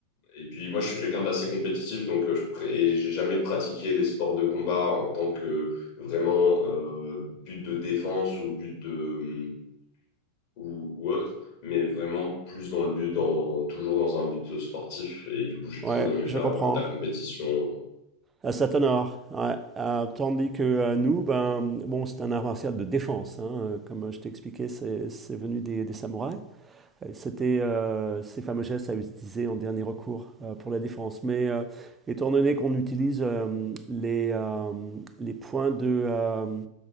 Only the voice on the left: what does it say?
et puis moi, je suis quelqu'un d'assez compétitif, donc euh, je pr- et j'ai jamais pratiqué les sports de combat en tant que vraiment euh, but de défense ou but de ou, ou autre, mais vraiment plus dans le but dans toujours dans un but sportif. Et du coup, j'ai toujours
aimé
faire
euh, de la compétition.